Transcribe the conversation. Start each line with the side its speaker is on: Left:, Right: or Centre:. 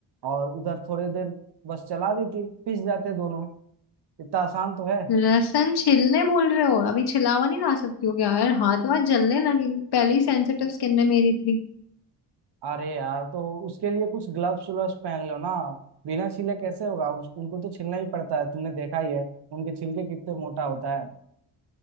Right: और उधर थोड़ी देर बस चला देती पिस जाते दोनों इतना आसान तो है
Left: लहसुन छिलने बोल रहे हो अभी छिला हुआ नहीं ला सकती हो क्या यार हाथ वाथ जलने लगेंगे पहले ही सेंसिटिव स्किन में मेरी इतनी
Right: अरे यार तो उसके लिए कुछ ग्लव्स व्लव्स पहन लो ना बिना छीले कैसे होगा उस, उनको तो छीलना ही पड़ता है तुमने देखा ही है उनके छिलके कितने मोटा होता है